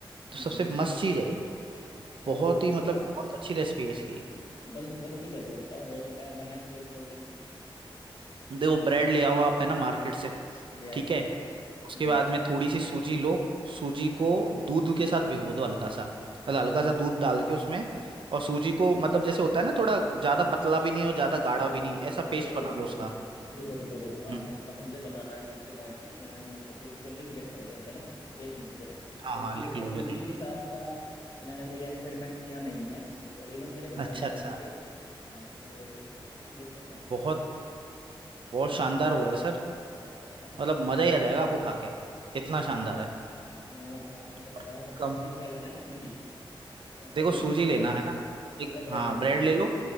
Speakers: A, on the right; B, on the left.
A: तो
B: हम्म।
A: सबसे मस्त चीज़ है ये बहुत
B: तो
A: ही
B: इसका
A: मतलब बहुत अच्छी रेसिपी है इसकी
B: बन, बनती कैसे है बताओ हो सकता है हमारे यहाँ कुछ और बोलते हो
A: देखो ब्रेड ले आओ आप है ना मार्केट से
B: ले आए
A: ठीक है उसके
B: हम्म
A: बाद में थोड़ी सी सूजी लो सूजी को दूध
B: अच्छा
A: के साथ भिगो दो हल्का सा मतलब हल्का सा दूध डाल के उसमें और सूजी को मतलब जैसे होता है ना थोड़ा ज्यादा पतला भी नहीं और ज्यादा गाढ़ा
B: रुको
A: भी
B: रुको
A: नहीं ऐसा पेस्ट
B: रुको
A: बना
B: रुको
A: लो उसका
B: रुको रुको रुको रुको आपने
A: हम्म
B: थोड़ा सा मुझे बताना है इस चीज के बारे में मैं अभी इसको लिख लेता हूँ कहीं पे ना एक मिनट जरा क्योंकि
A: हाँ हाँ लिख
B: अ,
A: लो
B: सूजी
A: लिख लो
B: के साथ का मैंने कोई एक्सपेरिमेंट किया नहीं है और इवन मेरे घर
A: अच्छा
B: वालों ने
A: अच्छा
B: भी नहीं किया हाँ तो इसको ना मैं लिख लेता हूँ
A: बहुत
B: तो
A: बहुत
B: थोड़ा
A: शानदार
B: आप मेरे
A: हुआ
B: को
A: है सर
B: अच्छा
A: मतलब मजा ही आ जाएगा आपको खा के इतना शानदार है
B: अ, आपने बताया
A: और कम
B: इसमें क्या लेना है सूजी अ, नहीं
A: देखो सूजी
B: वो
A: लेना
B: ब्रेड
A: है ना
B: पहले
A: एक
B: ब्रेड
A: हाँ
B: लेना
A: ब्रेड
B: है ना
A: ले लो